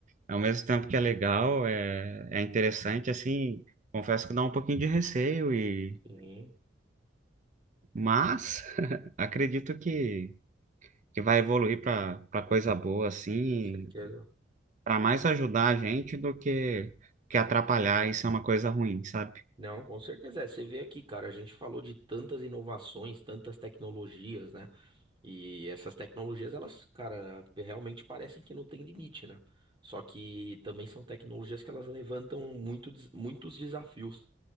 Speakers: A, on the right; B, on the right.
A: ao mesmo tempo que é legal, é, é interessante, assim, confesso que dá um pouquinho de receio e
B: sim,
A: mas <laughs> acredito que, que vai evoluir para para coisa boa, assim,
B: com certeza.
A: para mais ajudar a gente do que que atrapalhar, isso é uma coisa ruim, sabe?
B: Não, com certeza. É, você vê aqui, cara, a gente falou de tantas inovações, tantas tecnologias, né? E essas tecnologias, elas, cara, realmente parecem que não tem limite, né? Só que também são tecnologias que elas levantam muito, des- muitos desafios.